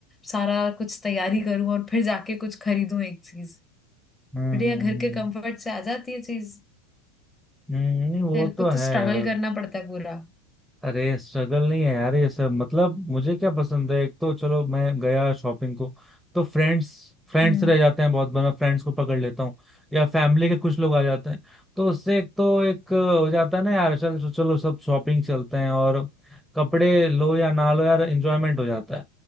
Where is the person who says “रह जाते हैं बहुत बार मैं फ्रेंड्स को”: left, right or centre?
Centre